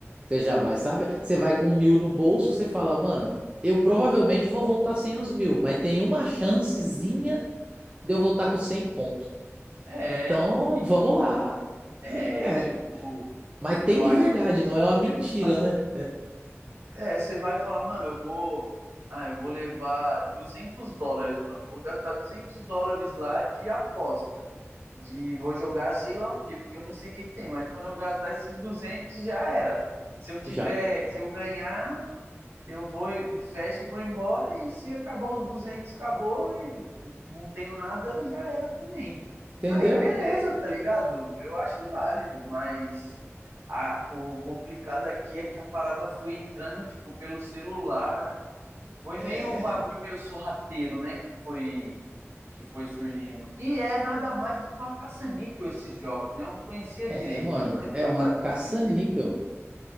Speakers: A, on the right; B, on the right.
A: Você já vai, sabe? Você vai com mil no bolso, você fala, mano, eu provavelmente vou voltar sem os mil, mas tem uma chancezinha de eu voltar com 100 conto.
B: É,
A: Então,
B: e
A: vamos lá.
B: é
A: É.
B: tipo,
A: Mas tem
B: eu
A: de
B: acho
A: verdade,
B: que se
A: não é
B: você
A: uma mentira,
B: fala assim,
A: né?
B: é, você vai falar, mano, eu vou, ah, eu vou levar 200 dólares, mano, eu vou gastar 200 dólares lá de aposta. de vou jogar sei lá o quê, porque eu nem sei o que, que tem, mas quando eu gastar esses 200 já era. Se eu tiver,
A: Já.
B: se eu ganhar, eu vou e fecho e vou embora, e se acabar os 200 acabou, e não tenho nada, já era também.
A: Entendeu?
B: Aí beleza, tá ligado? Eu acho válido, mas a, o complicado aqui é que a parada foi entrando, tipo, pelo celular. Foi
A: É,
B: meio um bagulho meio sorrateiro, né? Que foi que foi surgindo. E é nada mais do que uma caça-níquel esses jogos, né? Eu não conhecia
A: é,
B: direito.
A: mano.
B: Agora,
A: É
B: agora
A: uma
B: que
A: caça-níquel.
B: eu fui ver.